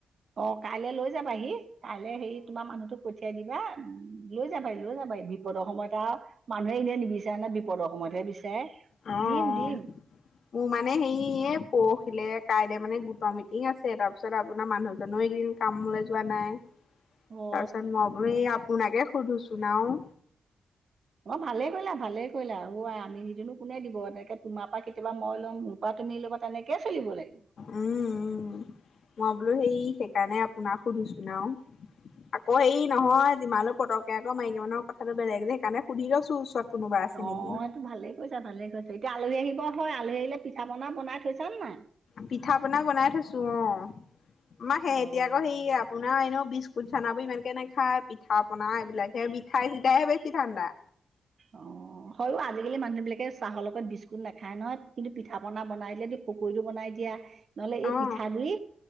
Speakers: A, on the right; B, on the left.
A: অঁ, কাইলৈ লৈ যাবাহি কাইলৈ হেৰি তোমাৰ মানুহটোক পঠিয়াই দিবা, উম লৈ যাবাই, লৈ যাবাই, বিপদৰ সময়ত আও, মানুহে এনে নিবিচাৰে নহয়, বিপদৰ সময়তহে বি
B: অ অ
A: দিম, দিম।
B: অ মোৰ মানে সেই পৰহিলে কাইলে মানে গোটৰ মিটিং আছে, তাৰপিছত আপোনাৰ মানুহজো এইকেইদিন কামলে যোৱা নাই। তাৰ
A: অ
B: পিছত মই বোলো এই আপোনাকে সুধোচোন আও।
A: অ' ভালে কৰিলা, ভালে কৰিলা। অ' আই আমি নিদি নো কোনে দিব, তেনেকে তোমাৰ পা কেতিয়াবা মই ল'ম। পা তুমি লবা, তেনেকেই চলিব লাগিব।
B: উম', উম', মই বোলো সেই সেইকাৰণে আপোনাক সোধো চোন আও। অ' এই নহয় যিমানো পতককে আকৌ মাইকী মানুহৰ কথাটো বেলেগ যে, সেইকাৰণে সুধি লৈছো ওচৰত। কোনোবা আছে
A: অ'
B: নেকি
A: এইটো ভালেই কৰিছাঁ, ভালেই কৰিছাঁ। এতিয়া আলহী আহিব হয়, আলহী আহিলে পিঠা পনা বনাই থৈছান নাই?
B: পিঠা পনা বনাই থৈছো অ'। আমাৰ সেঁহেতি
A: অ
B: আকৌ সেই আপোনাৰ এনেও বি বুট চানাবোৰ ইমানকে নাখায়, পিঠা পনা এইবিলাকে মিঠাই চিঠাইহে বেছি ধাণ্ডা।
A: অ' হয়ও আজিকালি মানুহ বিলাকে চাহৰ লগত বিস্কুট নাখায় নহয়, কিন্তু পিঠা পনা বনাই দিলে পকৰীটো বনাই দিয়া। নহ'লে এই
B: অ
A: পিঠা গুৰি,